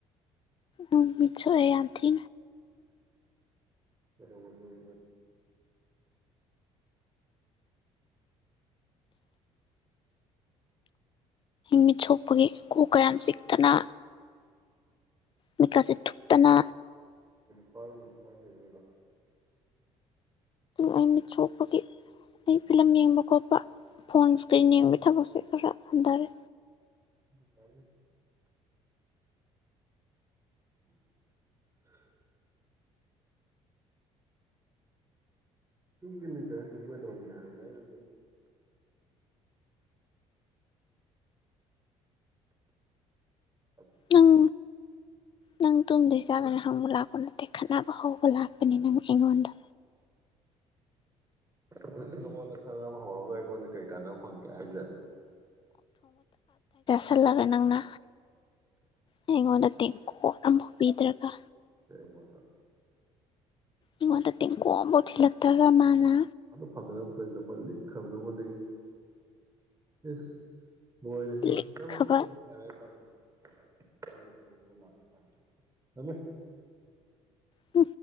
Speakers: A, on the left; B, on the right.
A: ꯎꯝ ꯆꯑꯟ ꯊ
B: ꯩꯅ ꯂꯩ
A: ꯃꯤꯠ ꯁꯣꯛꯄꯒꯤ ꯏꯀꯨ ꯀꯌꯥꯝ ꯆꯤꯛꯇꯅ ꯃꯈꯀꯁꯤꯦ ꯊꯨꯞꯇꯅ
B: ꯄꯁ ꯂꯩꯗ
A: ꯑꯩ ꯃꯤꯠ ꯁꯣꯛꯄꯒꯤ ꯑꯩ ꯐꯤꯂꯝ ꯌꯦꯡꯕ ꯈꯣꯠꯄ ꯐꯣꯟ ꯏꯁꯀ꯭ꯔꯤꯟ ꯌꯦꯡꯕꯒꯤ ꯊꯕꯛꯁꯦ ꯈꯔ ꯍꯟꯊꯔꯦ
B: ꯀ <unintelligible> ꯒꯤꯇ ꯍꯧꯖꯤ ꯑꯣꯏꯗꯧꯅꯤꯅ ꯍꯥꯏꯕꯗ ꯑꯩꯅ ꯁ
A: ꯅꯪ ꯅꯪ ꯇꯣꯗꯩ ꯆꯥꯒꯅꯤ ꯍꯪꯕ ꯂꯥꯛꯄꯅꯦ ꯗ ꯈꯅꯅꯕ ꯍꯧ ꯑꯣꯂꯥꯛꯞꯄꯅꯤꯅꯪ ꯑꯩꯉꯣꯟꯗ
B: ꯍ ꯅꯪꯉꯣꯟꯗ ꯈꯟꯅꯕ ꯍꯧꯔꯒ ꯑꯩꯉꯣꯟꯗ ꯀꯩ ꯀꯥꯟꯅꯕ ꯐꯪꯒꯦ ꯍꯥꯏꯁꯦ
A: ꯆꯜ ꯂꯒ ꯑꯪꯅ ꯑꯩꯉꯣꯟꯗ ꯇꯦꯡꯀꯣꯠ ꯑꯃꯐꯥꯎ ꯄꯤꯗ꯭ꯔꯒ
B: ꯣꯗ
A: ꯏꯉꯗ ꯇꯦꯡ ꯀꯣꯃ ꯊꯤ ꯇꯥ ꯃꯥꯅ
B: ꯐꯪꯅ ꯃꯇꯝꯗꯤ ꯅꯉꯣꯟꯗ ꯂꯤꯛꯈ꯭ꯔꯕ ꯅꯉꯣꯟꯗꯒꯤ ꯏ ꯍꯣꯏꯔ
A: ꯂꯤꯛꯈ꯭ꯔꯕ
B: ꯌꯥꯝꯔꯦ ꯇꯃ ꯀ ꯊꯗ ꯣꯂꯒ ꯀꯃꯦꯃꯦ
A: ꯇ